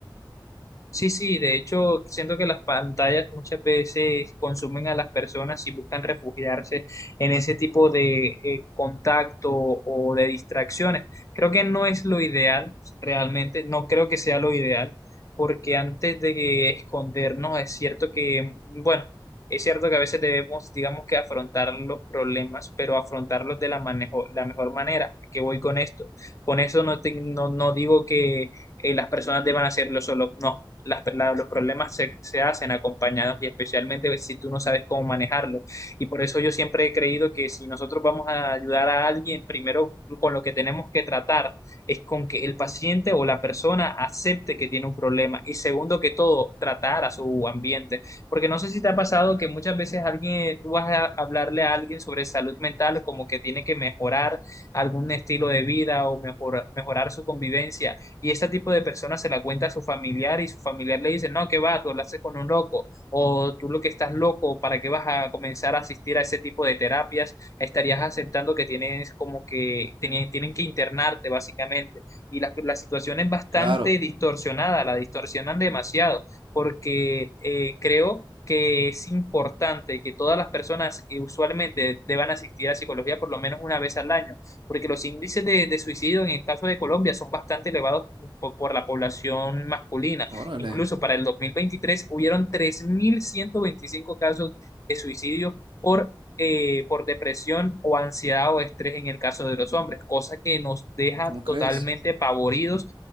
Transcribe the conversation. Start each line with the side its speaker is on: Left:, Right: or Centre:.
Left: Sí, sí, de hecho, siento que las pantallas muchas veces consumen a las personas y buscan refugiarse en ese tipo de eh, contacto o de distracciones. Creo que no es lo ideal, realmente, no creo que sea lo ideal, porque antes de escondernos es cierto que, bueno, es cierto que a veces debemos, digamos que afrontar los problemas, pero afrontarlos de la, manejo- la mejor manera. ¿A ¿Qué voy con esto? Con eso no, te- no, no digo que eh, las personas deban hacerlo solo. No, las- la- los problemas se, se hacen acompañados y especialmente si tú no sabes cómo manejarlo. Y por eso yo siempre he creído que si nosotros vamos a ayudar a alguien, primero con lo que tenemos que tratar es con que el paciente o la persona acepte que tiene un problema y segundo que todo, tratar a su ambiente. Porque no sé si te ha pasado que muchas veces alguien, tú vas a hablarle a alguien sobre salud mental como que tiene que mejorar algún estilo de vida o mejor- mejorar su convivencia y este tipo de personas se la cuenta a su familiar y su familiar le dice, no, que va, tú hablaste con un loco o tú lo que estás loco, ¿para qué vas a comenzar a asistir a ese tipo de terapias? Estarías aceptando que tienes como que tienen, tienen que internarte básicamente y la, la situación es bastante
Right: Claro,
Left: distorsionada, la distorsionan demasiado porque eh, creo que es importante que todas las personas eh, usualmente deban asistir a psicología por lo menos una vez al año, porque los índices de, de suicidio en el caso de Colombia son bastante elevados po- por la población masculina.
Right: órale,
Left: Incluso para el 2023 hubieron 3.125 casos de suicidio por, eh, por depresión o ansiedad o estrés en el caso de los hombres, cosa que nos deja
Right: ¿cómo crees?
Left: totalmente pavoridos,